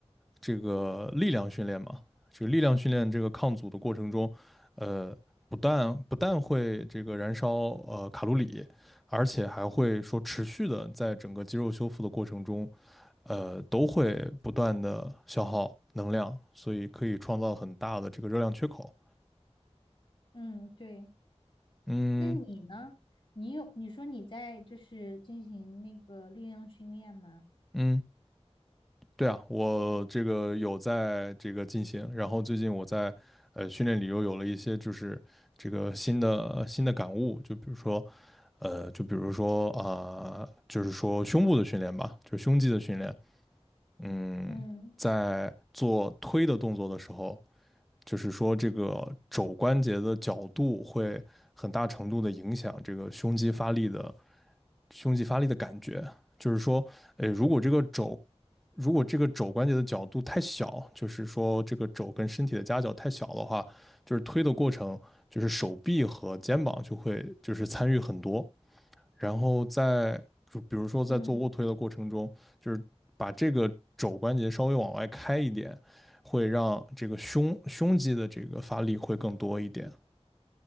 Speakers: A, in the centre; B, on the left.
A: 这个力量训练嘛，这个力量训练这个抗阻的过程中，呃，不但不但会这个燃烧呃卡路里，而且还会说持续的在整个肌肉修复的过程中。呃，都会不断的消耗能量，所以可以创造很大的这个热量缺口。
B: 嗯，对。
A: 嗯
B: 那你呢？你有，你说你在就是进行那个力量训练吗？
A: 嗯，对啊，我这个有在这个进行，然后最近我在呃训练里又有了一些就是这个新的新的感悟，就比如说呃，就比如说啊、就是说胸部的训练吧，就是胸肌的训练，嗯，
B: 嗯
A: 在做推的动作的时候，就是说这个肘关节的角度会很大程度的影响这个胸肌发力的胸肌发力的感觉。就是说，呃，如果这个肘如果这个肘关节的角度太小，就是说这个肘跟身体的夹角太小的话，就是推的过程，就是手臂和肩膀就会就是参与很多。然后在就比如说在做卧推的过程中，
B: 嗯，对。
A: 就是把这个肘关节稍微往外开一点，会让这个胸胸肌的这个发力会更多一点。